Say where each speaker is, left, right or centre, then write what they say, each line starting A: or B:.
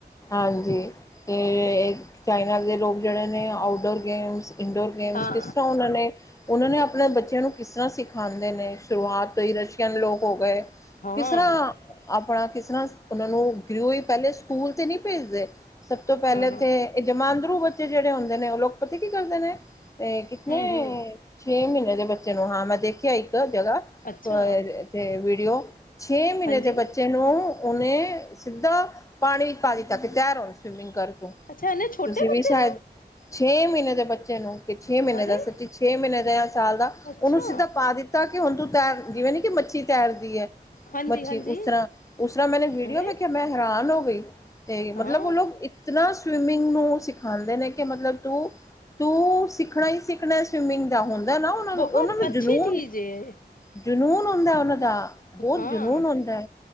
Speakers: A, on the left; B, on the left.
A: ਹਾਂਜੀ, ਤੇ ਚਾਈਨਾ ਦੇ ਲੋਕ ਜਿਹੜੇ ਨੇ ਆਊਟਡੋਰ ਗੇਮਸ ਇੰਡੋਰ ਗੇਮਸ
B: ਹਾਂ
A: ਕਿਸ ਤਰ੍ਹਾਂ ਉਹ ਨੇ ਉਹਨਾਂ ਨੇ ਆਪਣੇ ਬੱਚਿਆਂ ਨੂੰ ਕਿਸ ਤਰ੍ਹਾਂ ਸਿਖਾਉਂਦੇ ਨੇ। ਸ਼ੁਰੂਆਤ ਤੋਂ ਹੀ ਰਸ਼ ਕੈਨ ਲੋਕ ਹੋ ਗਏ
B: ਹਾਂ
A: ਕਿਸ
B: ਹਾਂ
A: ਤਰ੍ਹਾ ਆਪਣਾ ਕਿਸ ਤਰ੍ਹਾਂ ਉਹਨਾਂ ਨੂੰ ਗਿਰੋ ਪਹਿਲੇ ਸਕੂਲ ਤੇ ਨਹੀਂ ਭੇਜਦੇ। ਸਭ ਤੋਂ ਪਹਿਲੇ
B: ਹਾਂ
A: ਤੇ ਇਹ ਜਮਾਂਦਰੂ ਬੱਚੇ ਜਿਹੜੇ ਹੁੰਦੇ ਨੇ ਉਹ ਲੋਕ ਪਤੀ ਕੀ ਕਰਦੇ ਨੇ? ਤੇ ਕਿਤਨੇ
B: ਹਮ ਹਮ
A: ਛੇ ਮਹੀਨੇ ਦੇ ਬੱਚੇ ਨੂੰ ਹਾਂ ਮੈਂ ਦੇਖਿਆ ਇੱਕ ਜਗ੍ਹਾ
B: ਅੱਛਾ
A: ਪਰ ਵੀਡੀਓ ਛੇ ਮਹੀਨੇ
B: ਹਾਂਜੀ
A: ਦੇ ਬੱਚੇ ਤੇਨੂੰ ਉਹਨੇ ਸਿੱਧਾ ਪਾਣੀ ਚ ਪਾ ਦਿਤਾ ਕੀ ਤਿਆਰ ਹੋ ਸਵਿਮਿੰਗ ਕਰ ਤੂੰ।
B: ਅੱਛਾ ਇਹਨੇ ਛੋਟੇ
A: ਤੁਸੀਂ ਵੀ
B: ਬੱਚੇ
A: ਸ਼ਾਇਦ
B: ਨੂੰ
A: ਛੇ ਮਹੀਨੇ ਦੇ ਬੱਚੇ ਨੂੰ ਕਿ ਛੇ ਮਹੀਨੇ
B: ਅਰੇ
A: ਦਾ ਸੱਚੀ ਛੇ' ਮਹੀਨੇ ਦਾ ਜਾਂ ਸਾਲ ਦਾ
B: ਅੱਛਾ
A: ਉਹਨੂੰ ਸਿੱਧਾ ਪਾ ਦਿੱਤਾ ਕਿ ਹੁਣ ਤੂੰ ਤੈਰ ਜਿਵੇਂ ਨੀ ਕਿ ਮੱਛੀ ਤੈਰਦੀ ਹੈ।
B: ਹਾਂਜੀ
A: ਬੱਛੀ
B: ਹਾਂਜੀ
A: ਉਸ ਤਰ੍ਹਾਂ ਉਸ ਤਰ੍ਹਾਂ ਮੈਨੇ ਵੀਡੀਓ
B: ਅਰੇ
A: ਵੇਖਿਆ ਮੈਂ ਹੈਰਾਨ ਹੋ ਗਈ ਤੇ' ਮਤਲਬ
B: ਹਾਂ
A: ਉਹ ਲੋਕ ਇਤਨਾ ਸਵਿਮਿੰਗ ਨੂੰ ਸਿਖਾਂਦੇ ਨੇ ਕਿ' ਮਤਲਬ ਤੂੰ ਤੂੰ'ਸਿੱਖਣਾ ਹੀ ਸਿੱਖਣਾ ਸਵਿਮਿੰਗ ਦਾ ਹੁਣ ਨਾ ਉਹਨਾਂ
B: ਬਹੁਤ
A: ਨੂੰ ਉਹਨਾਂ ਨੂੰ
B: ਅੱਛੀ
A: ਜਨੂੰਨ-ਜਨੂੰਨ
B: ਚੀਜ਼ ਹੈ
A: ਹੁੰਦਾ ਉਹਨਾਂ ਦਾ ਬਹੁਤ
B: ਹਾਂ
A: ਜਨੂੰਨ ਹੁੰਦਾ।